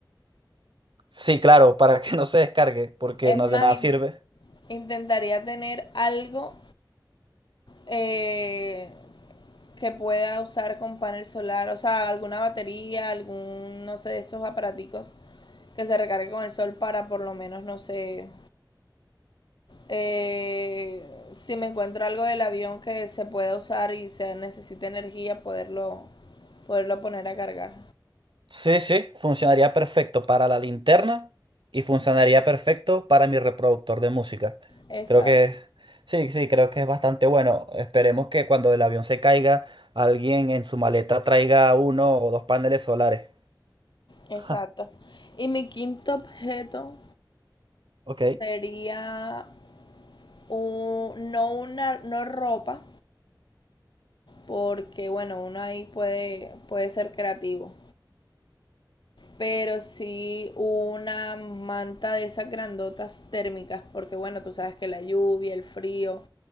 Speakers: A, on the right (about 80°); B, on the left (about 70°).
A: Sí, claro, para que no se descargue, porque
B: Es
A: no
B: más,
A: de nada
B: in-
A: sirve.
B: intentaría tener algo eh, que pueda usar con panel solar, o sea, alguna batería, algún, no sé, de estos aparaticos que se recargue con el sol para por lo menos, no sé, eh, si me encuentro algo del avión que se pueda usar y se necesite energía, poderlo, poderlo poner a cargar.
A: Sí, sí, funcionaría perfecto para la linterna y funcionaría perfecto para mi reproductor de música.
B: Exacto,
A: Creo que, sí, sí, creo que es bastante bueno. Esperemos que cuando el avión se caiga, alguien en su maleta traiga uno o dos paneles solares.
B: exacto.
A: Ja,
B: Y mi quinto objeto
A: ok.
B: sería un- no una no ropa, porque bueno, uno ahí puede, puede ser creativo, pero sí una manta de esas grandotas térmicas, porque bueno, tú sabes que la lluvia, el frío,